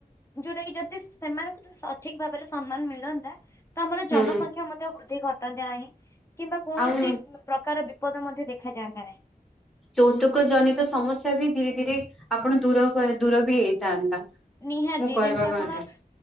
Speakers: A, on the left; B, in the centre.
A: ଯୋଉଟାକି ଯଦି ସେମାନଙ୍କୁ ସଠିକ୍ ଭାବରେ ସମ୍ମାନ ମିଳନ୍ତା ତ ଆମର ଜନସଂଖ୍ୟା
B: ହୁଁ
A: ମଧ୍ୟ ବୃଦ୍ଧି ଘଟନ୍ତି ନାହିଁ କିମ୍ବା କୌଣସି
B: ଆଉ
A: ପ୍ରକାର ବି ବିପଦ ମଧ୍ୟ ଦେଖାଯାଆନ୍ତା ନାହିଁ।
B: ଯୌତୁକ ଜନିତ ସମସ୍ୟାବି ଧୀରେ ଧୀରେ ଆପଣ ଦୂର କ ଦୂରବି ହେଇଥାନ୍ତା।
A: ନିହାତି
B: ମୁଁ କହିବା
A: ଯେମିତି ଆପଣ
B: କଥା